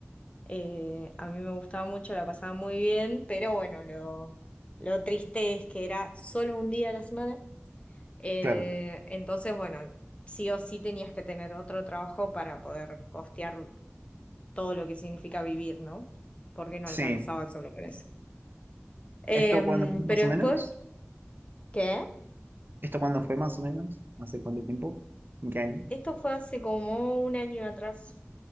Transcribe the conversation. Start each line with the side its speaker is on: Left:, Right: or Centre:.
Left: Eh, a mí me gustaba mucho, la pasaba muy bien, pero bueno, lo, lo triste es que era solo un día a la semana eh,
Right: Claro,
Left: entonces, bueno, sí o sí tenías que tener otro trabajo para poder costear todo lo que significa vivir, ¿no? Porque no
Right: sí.
Left: alcanzaba solo con eso. Em,
Right: ¿Esto cuándo fue
Left: pero
Right: más o
Left: después,
Right: menos?
Left: ¿qué?
Right: ¿Esto cuándo fue más o menos? ¿Hace cuánto tiempo? ¿En qué año?
Left: Esto fue hace como un año atrás,